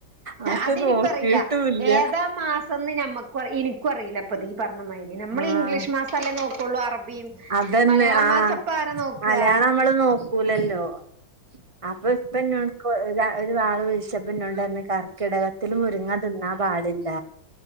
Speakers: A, on the right (about 25°); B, on the right (about 50°).
A: അത്
B: അതെനിക്കും
A: നോക്കിട്ടുല്ല
B: അറീല്ല ഏതാ മാസം ഇതൊന്നും ഞമ്മക്കും ഇനിക്കു അറില്ലപ്പൊത് ഇപറിഞ്ഞ മാതിരി നമ്മള്
A: ആഹ്
B: ഇംഗ്ലീഷ് മാസല്ലേ നോക്കുള്ളൂ അറബിയും
A: അതന്നെ
B: മലയാളം
A: ആഹ്
B: മാസം ഇപ്പ ആരാ നോക്കുക
A: മലയാള അമ്മള് നോക്കൂലല്ലോ അപ്പൊ ഇപ്പോ ന്റോട്ക്ക്‌ ഒരു ഒരാൾ വ്ൾച്ചപ്പോ ഇന്നോടർഞ് കർക്കിടകത്തില് മുരിങ്ങ തിന്നാൻ പാടില്ല